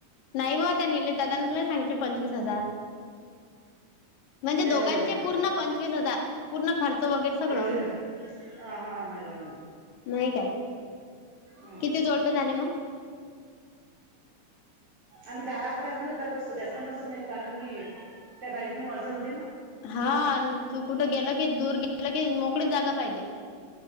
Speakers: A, on the left; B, on the right.
A: नाही व त्या नीलेश दादान तर लय सांगितले पंचवीस हजार. म्हणजे
B: नाही
A: दोघांचे
B: व एवढे नव
A: पूर्ण पंचवीस हजार. पूर्ण खर्च वगैरे सगळं.
B: एवढे नव हा हा हा एवढं नव
A: नाही काय
B: हम्म
A: किती
B: हम्म
A: जोडपे झाले मग?
B: आम्ही दहा अकरा जणच जात असतो जास्त नसतो नेत कारण की त्या गाडीत मग अडचण होते ना.
A: हा आणि तू कुठं गेल की दूर गेलं की मोकळीच जागा पाहिजे.